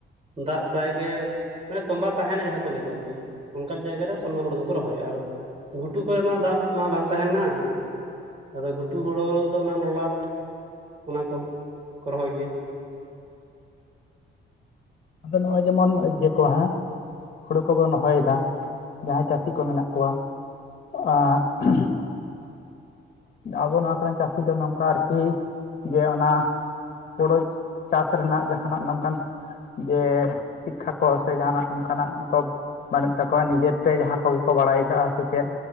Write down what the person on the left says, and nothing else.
ᱟᱫᱚ ᱱᱚᱜᱼᱚᱭ ᱡᱮᱢᱚᱱ ᱤᱡᱟᱹ ᱠᱚ ᱦᱮᱸ ᱦᱩᱲᱳ ᱠᱚᱵᱚᱱ ᱨᱚᱦᱚᱭᱮᱫᱟ, ᱡᱟᱦᱟᱸᱭ ᱪᱟᱹᱥᱤ ᱠᱚ ᱢᱮᱱᱟᱜ ᱠᱚᱣᱟ ᱟᱸ <unintelligible> ᱟᱵᱚ ᱱᱚᱣᱟ ᱠᱚᱨᱮᱱ ᱪᱟᱹᱥᱤ ᱫᱚ ᱱᱚᱝᱠᱟ ᱟᱨᱠᱤ ᱡᱮ ᱚᱱᱟ ᱦᱳᱲᱳ ᱪᱟᱥ ᱨᱮᱱᱟᱜ ᱡᱟᱦᱟᱱᱟᱜ ᱱᱚᱝᱠᱟᱱ ᱡᱮ ᱥᱤᱠᱠᱷᱟ ᱠᱚ ᱥᱮ ᱡᱟᱦᱟᱱᱟᱜ ᱚᱱᱠᱟᱱᱟᱜ ᱜᱚᱵ ᱵᱟᱹᱱᱩᱜ ᱛᱟᱠᱚᱣᱟ ᱱᱤᱡᱮᱨ ᱛᱮ ᱡᱟᱦᱟᱸ ᱠᱚᱜᱮ ᱠᱚ ᱵᱟᱲᱟᱭ ᱠᱟᱜᱼᱟ ᱥᱮ ᱪᱮᱫ